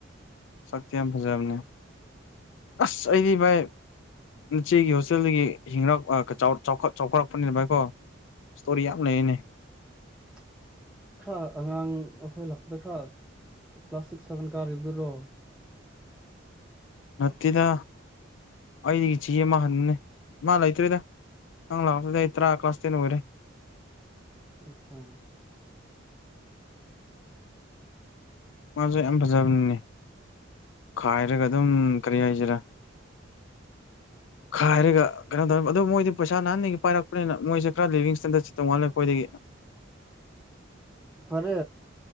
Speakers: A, on the left; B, in the centre.
A: ꯁꯛꯇꯤ ꯌꯥꯝ ꯐꯖꯕꯅꯦ ꯑꯁ ꯑꯩꯗꯤ ꯚꯥꯏ ꯅꯆꯦꯒꯤ ꯍꯣꯁꯇꯦꯜꯗꯒꯤ ꯍꯤꯡꯉꯛ ꯆꯥꯎ ꯆꯥꯎꯈꯠꯂꯛꯄꯅꯤꯅ ꯚꯥꯏꯀꯣ ꯏꯁꯇꯣꯔꯤ ꯌꯥꯝ ꯂꯩꯅꯦ
B: <unintelligible> ꯈꯔ ꯑꯉꯥꯡ ꯑꯩꯈꯣꯏ ꯂꯥꯛꯄꯗ ꯈꯔ ꯀ꯭ꯂꯥꯁ ꯁꯤꯛꯁ ꯁꯚꯦꯟ ꯀꯥꯔꯤꯗꯨꯔꯣ
A: ꯅꯠꯇꯦꯗ ꯑꯩꯗꯤ ꯆꯤꯃ ꯍꯅꯤꯦ ꯃꯥ ꯂꯣꯏꯇꯔꯤꯗ ꯅꯪ ꯂꯥꯥꯛꯄꯗ ꯑꯩ ꯇꯔꯥ ꯀ꯭ꯂꯥꯁ ꯇꯦꯟ ꯂꯣꯏꯔꯦ
B: ꯑꯠꯆꯥ
A: ꯃꯥꯁꯨ ꯌꯥꯝ ꯐꯖꯕꯅꯤꯅꯦ ꯈꯥꯏꯔꯒ ꯑꯗꯨꯝ ꯀꯔꯤ ꯍꯥꯏꯁꯤꯔꯥ
B: <unintelligible>
A: ꯈꯥꯏꯔꯒ ꯀꯩꯅꯣ ꯇꯧꯅꯤ ꯑꯗ ꯃꯣꯏꯗꯤ ꯄꯩꯁꯥ ꯍꯥꯟꯗꯒꯤ ꯄꯥꯏꯔꯛꯄꯅꯤꯅ ꯃꯣꯏꯁꯦ ꯈꯔ ꯂꯤꯕꯤꯡ ꯏꯁꯇꯦꯟꯗꯔꯠꯦ ꯇꯣꯡꯉꯜꯂꯦ ꯑꯩꯣꯏꯗꯒꯤ
B: ꯈꯔꯦ